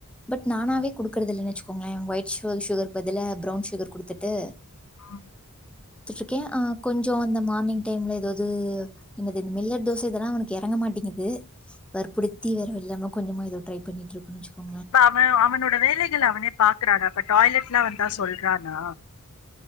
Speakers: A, in the centre; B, on the left (about 75°).
A: பட் நானாவே குடுக்குறத இல்லைன்னுநெனச்சுக்கோங்களேன் ஒயிட் சுகர் பதிலா பரவுன் சுகர் குடுத்துட்டு
B: ஆஹ் <unintelligible>
A: விட்டு இருக்கேன் ஆஹ் கொஞ்சம் அ அந்த மார்னிங் டைம்ல ஏதாவது என்னது இந்த மில்லட் தோசை இதெல்லாம் அவனக்கு இறங்க மாட்டேங்கு வேற்பிடுத்தி வேற இல்லாம கொஞ்சமா ட்ரை பண்ணிட்டு இருக்கு வச்சோ
B: இப்ப அவன் அவனோட வேலைகள் அவனே பாக்குறான அப்ப டாய்லெட்லாம் வந்து சொல்றானா